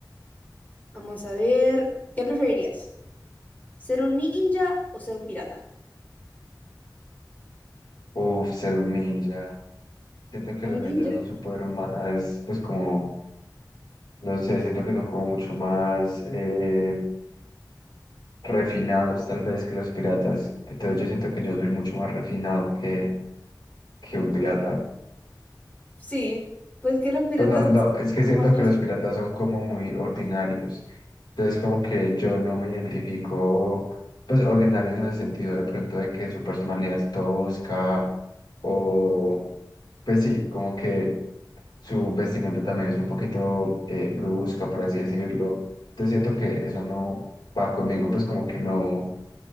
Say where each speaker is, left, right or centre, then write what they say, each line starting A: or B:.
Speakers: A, on the left; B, on the left.
A: Vamos a ver, ¿qué preferirías? ¿Ser un ninja o ser un pirata?
B: Uf, ser un ninja. Siento que
A: Un
B: los ninjas
A: ninja,
B: son súper más, pues como, no sé, siento que son como mucho más... eh, refinados tal vez que los piratas. Entonces yo siento que yo soy mucho más refinado que, que un pirata.
A: sí, pues que los piratas
B: Pues no, no,
A: son
B: es
A: un
B: que
A: poco
B: siento
A: más sucios.
B: que los piratas son como muy ordinarios. Entonces como que yo no me identifico, pues ordinarios en el sentido de pronto de que su personalidad es tosca o pues sí, como que su vestimenta también es un poquito eh, brusca, por así decirlo. Entonces siento que eso no va conmigo, pues como que no.